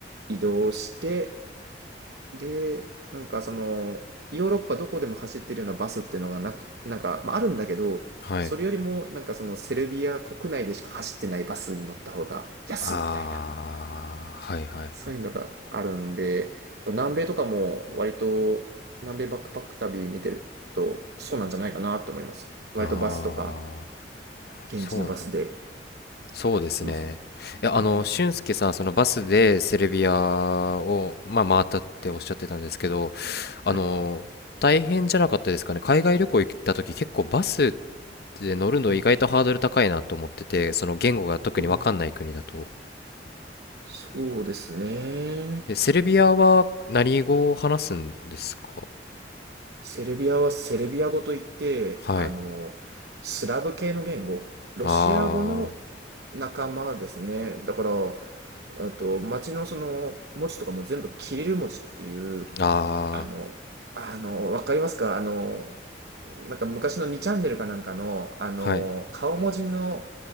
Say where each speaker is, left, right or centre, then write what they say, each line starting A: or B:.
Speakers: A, on the right; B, on the left.
A: 移動して、で、なんかその、ヨーロッパどこでも走ってるようなバスっていうのがなく、なんか、まあ、あるんだけど、
B: はい。
A: それよりも、なんかその、セルビア国内でしか走ってないバスに乗った方が安いみたいな、
B: ああ、はいはいはい。
A: そういうのがあるんで、南米とかも割と、南米バックパック旅見てると、そうなんじゃないかなと思います。割とバスとか、
B: ああ、
A: 現地のバスで。
B: そう、そうですね。
A: そうそう。
B: いや、あの、
A: うん。
B: 俊介さん、そのバスでセルビアを、まあ、回ったっておっしゃってたんですけど、あの、
A: はい。
B: 大変じゃなかったですかね。海外旅行行った時、結構バスっで乗るの意外とハードル高いなと思っててその言語が特に分かんない国だと
A: うん。うんそうですね。
B: えセルビアは何語を話すんですか
A: セルビアはセルビア語といって、
B: はい
A: あの、スラブ系の言語、ロシア語の
B: あ
A: 仲間ですね。だから、あと、街のその文字とかも全部キリル文字っていう、
B: ーあ
A: あの、あの、わかりますかあの、なんか昔の2チャンネルかなんかの、あの、
B: ーはい
A: 顔文字の、